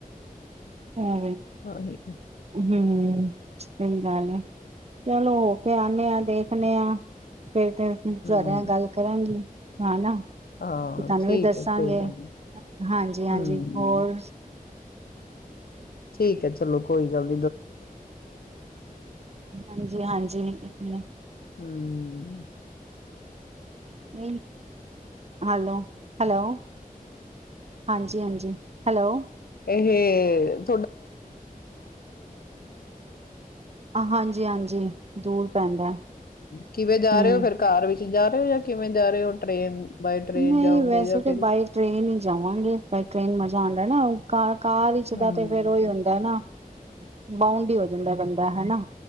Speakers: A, on the left (about 85°); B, on the right (about 45°).
A: <unintelligible>
B: ਹਾਂ
A: ਤਾਂਹੀ
B: ਹਮ ਸਹੀ ਗੱਲ ਹੈ ਚਲੋ ਹੋ ਕੇ ਆਦੇ ਆਾਂ ਦੇਖਦੇ ਹਾਂ ਫੇਰ ਤੇ ਤੁਡਿਆਂ
A: ਹਮ
B: ਨਾਲ ਗੱਲ ਕਰਾਂਗੇ ਹਾਂ ਨਾ ਤੇ
A: ਹਾਂ
B: ਤੁਹਾਨੂੰ
A: ਠੀਕ
B: ਵੀ ਦੱਸਾਂਗੇ
A: ਹੈ ਕੋਈ ਗੱਲ ਨੀ
B: ਹਾਂਜੀ ਹਾਂਜੀ
A: ਹਮ
B: ਹੋਰ
A: ਠੀਕ ਹੈ ਜੀ ਚਲੋ ਕੋਈ ਗੱਲ
B: ਹਾਂਜੀ ਹਾਂਜੀ ਇੱਕ
A: ਹਮ
B: <unintelligible> ਹੈਲੋ ਹੈਲੋ ਹਾਂਜੀ ਹਾਂਜੀ ਹੈਲੋ
A: ਇਹ ਹਮ
B: ਹਾਂਜੀ-ਹਾਂਜੀ ਦੂਰ ਪੈਂਦਾ
A: ਕਿਵੇਂ
B: ਹੂੰ
A: ਜਾ ਰਹੇ ਹੋ ਫੇਰ ਕਾਰ ਵਿੱਚ ਜਾ ਰ ਹੇ ਹੋ ਜਾਂ <unintelligible> ਕਿਵੇਂ ਜਾ ਰਹੇ ਹੋ ਟ੍ਰੇਨ ਬਾਏ ਟ੍ਰੇਨ
B: ਨਹੀਂ
A: ਜਾਓਗੇ
B: ਵੈਸੇ
A: ਜਾਂ
B: ਤਾਂ
A: ਫਿਰ
B: ਬਾਈ ਟ੍ਰੇਨ ਹੀ ਜਾਵਾਂਗੇ ਬਾਈ ਟ੍ਰੇਨ ਮਜ਼ਾ ਆਉਂਦਾ ਨਾ ਉਹ ਘ <unintelligible> ਕਾਰ ਵਿਚ
A: ਹੂੰ,
B: ਦਾ ਤੇ ਫੇਰ ਓਹੀ ਹੁੰਦਾ ਐ ਨਾ ਬਾਂਡ ਹੀ ਹੋ ਜਾਂਦਾ ਬੰਦਾ ਹਨਾ